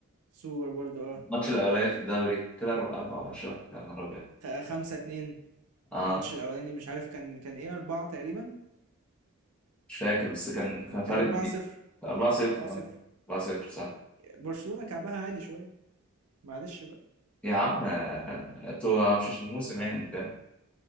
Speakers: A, on the right (about 85°); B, in the centre.
A: سوبر برضو اه
B: الماتش الاولاني في الدوري كده اربع اربع ماتشات يا نهار ابيض
A: 5 2
B: اه
A: والماتش الاولاني مش عارف كان كان ايه 4 تقريبا
B: مش فاكر بس كان كان فرق
A: كان 4
B: كبير
A: 0
B: 4 0
A: 4 0
B: 4 0 صح
A: برشلونة كعبها عالي شوية معلش
B: يا عم آه، انتوا مش عشان الموسم يعني انت